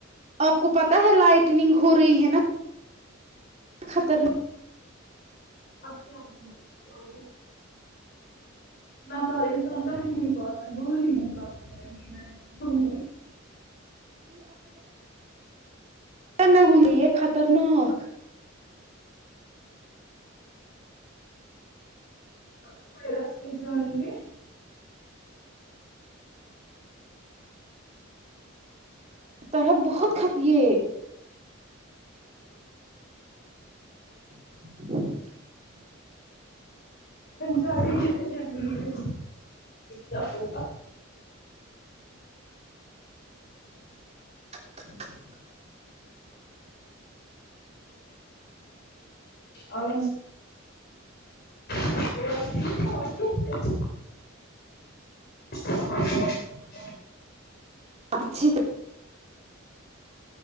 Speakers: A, on the right (about 35°); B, on the left (about 50°).
A: آپ کو پتا ہے لائٹنگ ہو رہی ہے نا خطرناک
B: اب کیا بولو اس کو نہ کہ انسان کہ ہی نہیں پاتا بول ہی نہیں پاتا ہے نہیں میں بھوں گی
A: نہ ہوون خطنااک
B: تھوڑے رستے جائیں گے
A: تحب بہت کطے ب
B: جاری کی تو جنی نہیں کیا ہوگا
A: <unintelligible>
B: اور <unintelligible> <inaudible>
A: اچھی